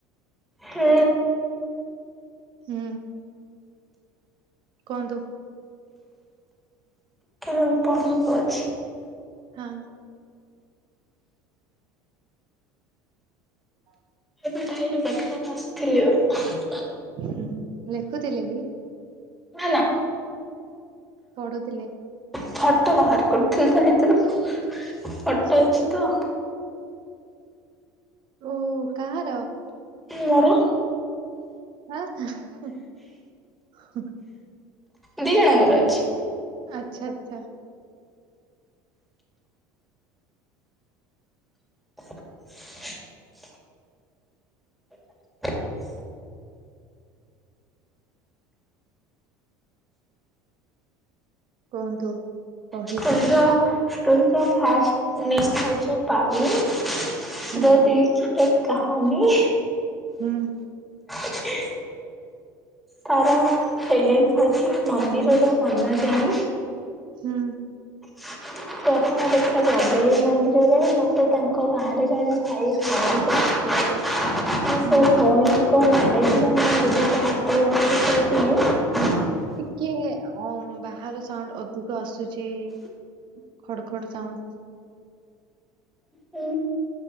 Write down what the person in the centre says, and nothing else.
ହୁଁ।
ତୁ ପଢିବୁ ଅଛି।
ମୁ ଡାଏରୀ ପାଖେରେ ବସଥିଲି ଏବେ।
<unintelligible> ନା।
ଫଟୋ ବାହାର କରୁଥିଲି ତା ଭିତୁରୁ ଫଟୋ
ଅଛି ତ।
ମୋର।
ଦି ଜଣଙ୍କର ଅଛି
<inaudible> <unintelligible>
ଷ୍ଟୋରୀ ର ଷ୍ଟୋରୀ ର ଫାଷ୍ଟ ନେମ ହଉଚି ପାବିନ।
ଦୋ ଦିଲ୍ କି ଏକ କହାନୀ।
ହଁ ହେ ତାର ହେଲେନ ହଉଛି ମନ୍ଦିରରୁ ମନ ଯାଏ।
<unintelligible> ପ୍ରଥମ ଦେଖା ଜାଗୁଳାଇ ମନ୍ଦିରରେ ମତେ ତାଙ୍କ ଗାଁରେ ଜଣେ ଭାଇ ଫୋନ କରିଥିଲେ ହେଲୋ
ସେ ଭଉଣୀଙ୍କ ମ୍ୟାରେଜରେ ମୁ ଦିଦିଙ୍କ ହାତ ଗଣ୍ଠି ଫିଟଉଥିଲୀ
ହଁ